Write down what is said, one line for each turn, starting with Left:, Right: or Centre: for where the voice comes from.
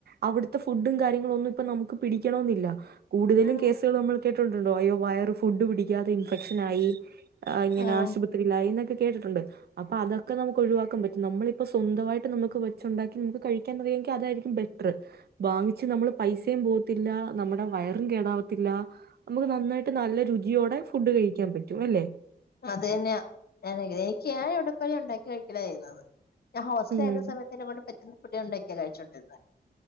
Right: അവിട്ത്തെ ഫുഡും കാര്യങ്ങളൊന്നും ഇപ്പൊ നമുക്ക് പിടിക്കണോന്നില്ല. കൂടുതലും
Left: ഉം
Right: കേസ്കള് നമ്മള് കേട്ടിണ്ടുണ്ടോ അയ്യോ വയറ് ഫുഡ് പിടിക്കാതെ ഇൻഫെക്ഷൻ ആയി ആഹ് ഇങ്ങനെ
Left: ഉം
Right: ആശുപത്രിയിയിലായി ന്നൊക്കെ കേട്ടിട്ടുണ്ട് അപ്പൊ അതൊക്കെ നമക്ക് ഒഴിവാക്കാൻ പറ്റും നമ്മളിപ്പോ സ്വന്തായിട്ട് നമക്ക് വെച്ചൊണ്ടാക്കി നമക്ക് കഴി- കെന്നത് എങ്കി അതായിരിക്കും ബെറ്റ്റ് വാങ്ങിച്ച് നമ്മള് പൈസയും പോവത്തില്ല നമ്മടെ വയറും കേടാവത്തില്ല അമ്മക്ക് നന്നായിട്ട് നല്ല രുചിയോടെ ഫുഡ് കഴിക്കാൻ പറ്റും അല്ലെ
Left: അതന്നെയാ ഞാനിലെ എനിക്കാവിടെ പോയാലൊണ്ടാക്കി കഴിക്കലായ്യെന്നത് ഞാൻ ഹോസ്റ്റലാര്ന്ന
Right: ഉം
Left: സമയത്തെന്നെകൊണ്ട് പറ്റ്ന്ന ഫുഡ്കളണ്ടാക്കിയിട്ടാ കഴിച്ചോണ്ടിര്ന്നെ